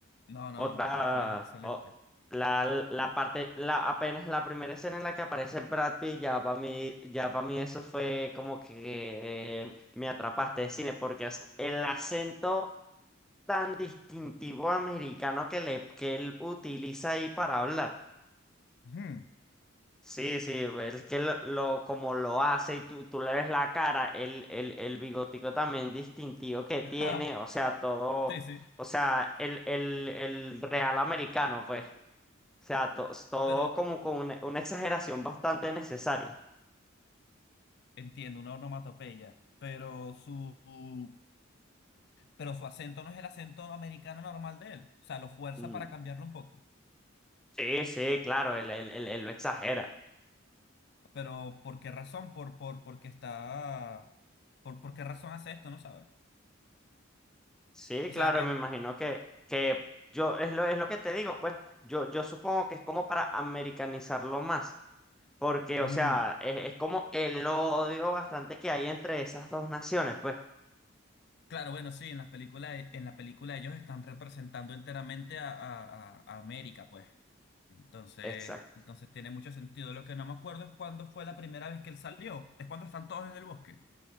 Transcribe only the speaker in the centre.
Otra,
o- la, la parte, la, apenas la primera escena en la que aparece Brad Pitt, ya para mí, ya para mí eso fue como que eh, me atrapaste de cine, porque es el acento tan distintivo americano que, le, que él utiliza ahí para hablar.
Sí, sí, es que lo, lo- como lo hace y tú, tú le ves la cara, el, el, el bigotico también distintivo que tiene,
o sea, todo,
o sea, el, el, el real americano, pues, o sea, to- todo
como con una, una exageración bastante necesaria.
Mm.
Sí, sí, claro, él, él, él- él lo exagera.
Sí,
claro,
me imagino que, que yo, es lo, es lo que te digo, pues, yo, yo supongo que es como para americanizarlo más. Porque,
o sea, es, es como el odio bastante que hay entre esas dos naciones, pues.
Exacto.